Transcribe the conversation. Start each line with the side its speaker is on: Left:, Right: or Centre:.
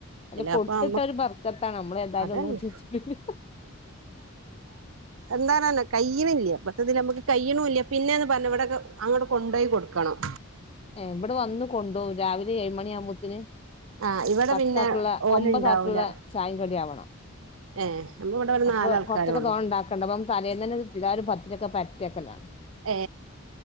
Left: അല്ല കൊടുത്തിട്ട
Right: അപ്പൊ അമ്മ
Left: ഒരു വർക്കത്താണ് നമ്മള് എന്തായാലും
Right: അതന്നെ
Left: ഒന്നും ചച്ചില്ല
Right: എന്താരന്ന കയ്നില്ലയ ഇപ്പത്തതിൽ നമുക്ക് കയ്യണല്ല പിന്നെന്ന് പറഞ്ഞ ഇവിടെക്കെ അങ്ങോട്ട കൊണ്ടപോയി കൊടുക്കണം
Left: ഇവിടെ വന്നു കൊണ്ടു പോ രാവിലെ ഏഴ മണി ആവുമ്പോത്തിന്
Right: ആഹ് ഇവിടെ
Left: പത്താക്കുള്ള
Right: പിന്നെ ഓല്
Left: ഒമ്പതാക്കുള്ള
Right: ഇണ്ടാവൂല
Left: ചായങ്കടിി ആവണം
Right: ഏഹ് നമ്മള് ഇവിടെ ഒരു
Left: അപ്പൊ
Right: നാലാൾക്കാരേ
Left: കൊറച്ചൊക്കെ
Right: ഉള്ളു
Left: തോണ ഉണ്ടാക്കണ്ട അപ്പം തലേന്ന് തന്നെ കിട്ടില്ല ഒരു പത്ത് ഇതിരൊക്കെ പറ്റേക്കലാണ്
Right: ഏ